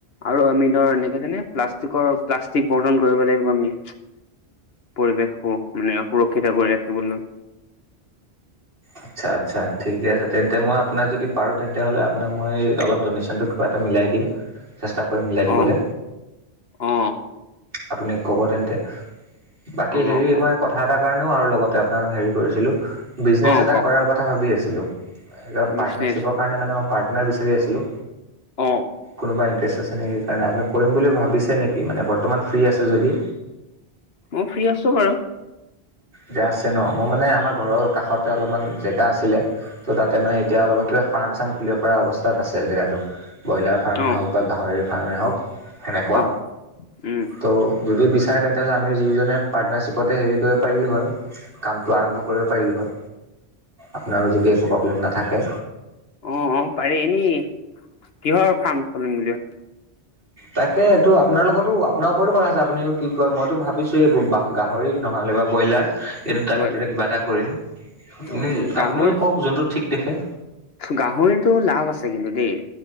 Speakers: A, on the left; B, on the right.
A: আৰু আমি প্লাষ্টিকৰ প্লাষ্টিক বটল সংৰক্ষণ কৰিব লাগিব আমি পৰিৱেশ মানে সুৰক্ষিত সুৰক্ষিত কৰি ৰাখিবলৈ
B: আচ্ছা আচ্ছা ঠিকে আছে তেন্তে মই আপোনাক যদি পাৰো তেন্তে হ'লে আপোনাক মই অলপ ড'নেশ্যনটো কিবা হ'লে মিলাই দিম চেষ্টা কৰিম মিলাই দিবলে
A: অ অ
B: আপুনি কব তেন্তে বাকী
A: অ
B: হেৰি
A: ক
B: মই কথা এটাৰ কাৰণে এনেও আৰু লগতে আপোনাৰ হেৰি কৰিছিলোঁ। বিজিনেছ
A: অ
B: এটা- এটা
A: কওক
B: কৰাৰ কথা ভাৱি আছিলোঁ
A: বিজনেচ
B: পাৰ্টনাৰশ্বিপৰ কাৰণে মানে মই পাৰ্টনাৰ বিচাৰি আছিলোঁ।
A: অ
B: কোনোবা ইন্টাৰেষ্ট? আছেন? সেইকাৰণে আপুনি কৰিম বুলি ভাৱিছে নেকি? মানে বৰ্তমান ফ্ৰী আছে যদি।
A: মই ফ্ৰী আছো বাৰু।
B: যে আছে ন'? মই মানে আমাৰ ঘৰৰ কাষতে অলপমান জেগা আছিলে, ত' তাতে মানে এতিয়া অলপমান কিবা ফাৰ্ম-চাৰ্ম খুলিব পৰা অৱস্থাত আছে জেগাটো। ব্ৰইলাৰ ফাৰ্মেই
A: অ
B: হওক বা গাহৰি ফাৰ্মেই হওক, সেনেকুৱা
A: অ উম
B: ত' যদি বিচাৰে তেন্তেহ'লে আমি দুইজনে পাৰ্টনাৰশ্বিপতে হেৰি কৰিম। পাৰিমনে বাৰু? কামটো আৰম্ভ কৰিব পাৰিলো হ'য়। আপোনাৰ যদি একো প্ৰব্লেম না থাকে।
A: অঁ, অঁ পাৰি। এনেই কিহৰ ফাৰ্ম খুলিম বুলি
B: তাকে, এইটো আপোনাৰ লগতো আপোনাৰ ওপৰটো কথা আছে। আপুনিও কি কয়, মইটো ভাৱিছো, এই গো বা গাহৰি নহ'লেবা এইটো তাৰভিতৰতে
A: ব্ৰইলাৰ
B: কিবা এটা কৰিম। আপুনি
A: অ গাহৰি
B: আপুনিও কওক যোনটো ঠিক দেখে।
A: গাহৰিটো লাভ আছে কিন্তু দেই।